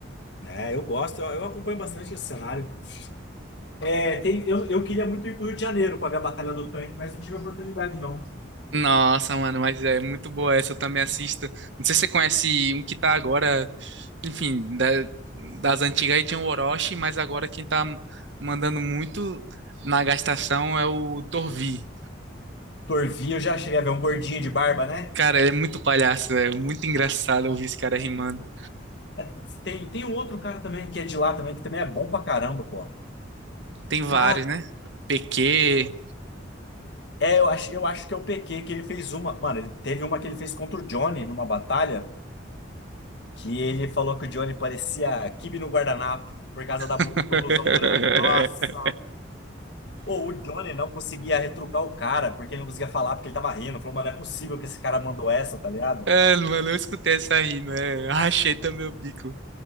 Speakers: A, on the left (about 60°); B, on the right (about 70°).
A: É, eu gosto, eu, eu acompanho bastante esse cenário. É, tem, eu, eu queria muito ir pro Rio de Janeiro pra ver a Batalha do Tanque, mas não tive a oportunidade, não.
B: Nossa, mano, mas é muito boa essa, eu também assisto. Não sei se você conhece um que tá agora, enfim, da- das antigas aí tinha o Orochi, mas agora quem tá mandando muito na gastação é o Torvi.
A: Torvi, eu já cheguei a ver um gordinho de barba, né?
B: Cara, ele é muito palhaço, é muito engraçado ouvir esse cara rimando.
A: É, Tem, tem um outro cara também que é de lá também, que também é bom pra caramba, pô.
B: Tem vários,
A: Cara,
B: né? PQ.
A: é, eu acho, eu acho que é o PQ que ele fez uma. Mano, ele teve uma que ele fez contra o Johnny numa batalha, que ele falou que o Johnny parecia quibe no guardanapo por causa da blu-
B: <laughs>
A: do blusão branco. Nossa, Pô, o Johnny não conseguia retrucar o cara, porque ele não conseguia falar, porque ele tava rindo. Falou, mas não é possível que esse cara mandou essa, tá ligado?
B: É, mano, eu escutei essa rima, é. Rachei também o bico.